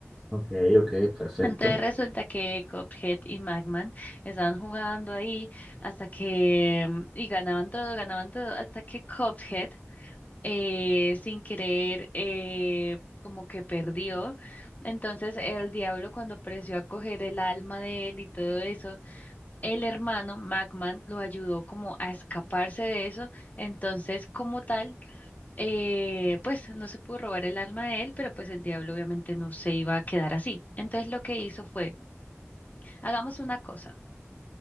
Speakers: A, in the centre; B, on the left.
A: ok, ok, perfecto.
B: Entonces resulta que Cuphead y Magman estaban jugando ahí hasta que, mm, y ganaban todo, ganaban todo, hasta que Cuphead eh, sin querer eh, como que perdió. Entonces el diablo cuando apreció a coger el alma de él y todo eso, el hermano Macman lo ayudó como a escaparse de eso. Entonces como tal, eh, pues no se pudo robar el alma de él, pero pues el diablo obviamente no se iba a quedar así. Entonces lo que hizo fue, hagamos una cosa.